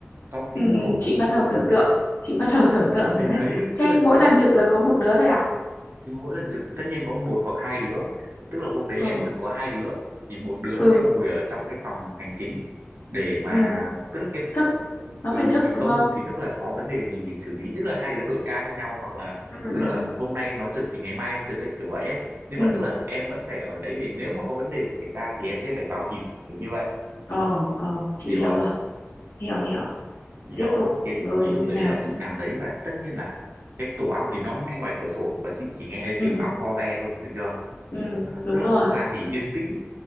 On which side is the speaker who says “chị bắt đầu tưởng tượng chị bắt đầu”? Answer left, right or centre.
Left